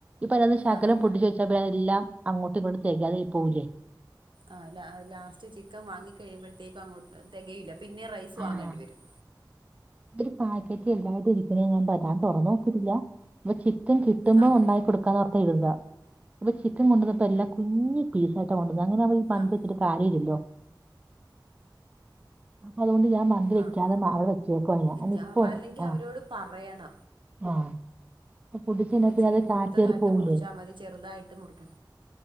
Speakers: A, on the right; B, on the right.
A: ഇപ്പത ശകലം
B: ആഹ്
A: പൊട്ടിച്ച <unintelligible> എല്ലാം അങ്ങോട്ടു ഇങ്ങോട്ട് തേകയാതായി പോകുലെ
B: ആഹ് ലാ ലാസ്റ്റ് ചിക്കൻ വാങ്ങി കഴിയുമ്പോഴത്തേക്കു അങ്ങോ തെകയില്ല പിന്നെം റൈസ് വാങ്ങേണ്ടി
A: ആഹ്
B: വരും
A: ഒരു പാക്കറ്റ് എല്ലാരു ഇരിക്കണണ്ട് ഞാ തൊറന്നൊക്കിട്ടില്ല ചിക്കൻ കിട്ടുമ്പോ
B: ആഹ്
A: ഇണ്ടായി കൊടുക്കാൻഓർത്തെഇരുന്നതാ ഇപ്പൊ ചിക്ക കൊണ്ടുവന്നപ്പോ എല്ലാം കുഞ്ഞി പീസായിട്ട കൊണ്ടെന്ന അങ്ങനെ അവുമ്പോ
B: ആഹ്
A: <unintelligible> വെച്ചിട്ട് കാര്യല്ലല്ലോ അതോണ്ട് ഞാൻ മന്തി വെക്കാതെ
B: ആഹ്
A: മാവ് വെച്ചേക്കയാ
B: ഇറ്റ്
A: <unintelligible>
B: അല്ലെങ്കിൽ
A: ആഹ്
B: അവരോട് പറയണം
A: ആഹ് ഇപ്പൊ പൊടിച്ചഴിഞ്ഞാ
B: ഇച്ചിരി
A: പിന്നെ അത്
B: മുഴുത്തതായിട്ട്
A: കാറ്റേറി പോവൂലേ
B: മുറിച്ചാ മതി ചെറുതായിട്ട് മുറിക്ക